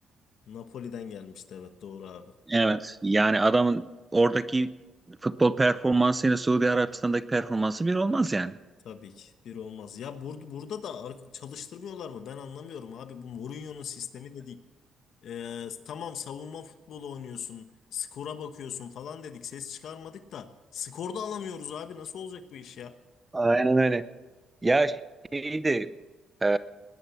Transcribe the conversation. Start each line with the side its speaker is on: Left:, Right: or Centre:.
Left: Napoli'den gelmişti evet doğru abi.
Right: Evet. Yani adamın oradaki futbol performansıyla Suudi Arabistan'daki performansı bir olmaz yani.
Left: Tabii ki bir olmaz. Ya burada burada da ar- çalıştırmıyorlar mı? Ben anlamıyorum abi. Bu Mourinho'nun sistemi de değil. Ee, tamam savunma futbolu oynuyorsun, skora bakıyorsun falan dedik. Ses çıkarmadık da skor da alamıyoruz abi. Nasıl olacak bu iş ya?
Right: Aynen öyle. Ya şeydi, e,